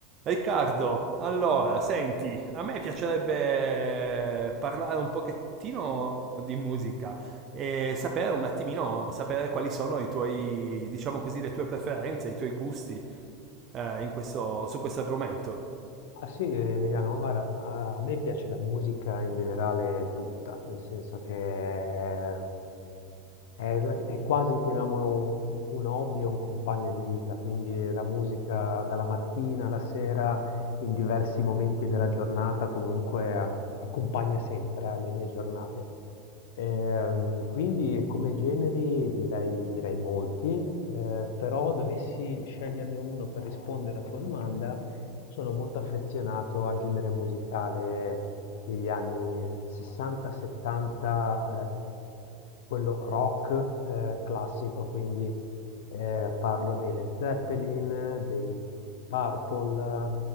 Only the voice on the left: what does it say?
Ah sì, eh, Emiliano, guarda, a me piace la musica in generale tutta, nel senso che è la è quasi, chiamiamolo, un hobby o un compagno di vita, quindi la musica dalla mattina alla sera, in diversi momenti della giornata, comunque a- accompagna sempre, eh, le mie giornate. Ehm, quindi come generi direi, direi molti, eh, però dovessi sceglierne uno per rispondere alla tua domanda, sono molto affezionato al genere musicale degli anni 60-70, quello rock eh, classico, quindi eh, parlo dei Led Zeppelin, dei Purple,